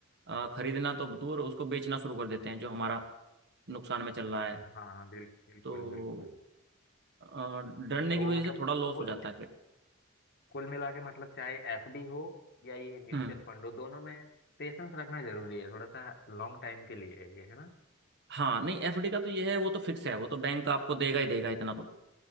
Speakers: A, on the right (about 55°); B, on the left (about 50°).
A: अ, खरीदना तो दूर उसको बेचना शुरू कर देते हैं जो हमारा नुकसान में चल रहा है
B: हाँ बिल, बिल्कुल
A: तो
B: बिल्कुल
A: अ, डरने
B: तो
A: की वजह
B: मतलब
A: से थोड़ा लॉस
B: कुल
A: हो जाता है फिर
B: कुल मिला के मतलब चाहे एफडी हो या ये म्यूचुअल
A: हम्म
B: फंड हो दोनों में पेशेंस रखना जरूरी है थोड़ा सा लॉन्ग टाइम के लिए है ये है ना
A: हाँ नहीं एफडी का तो ये है वो तो फिक्स है वो तो बैंक आपको देगा ही देगा इतना तो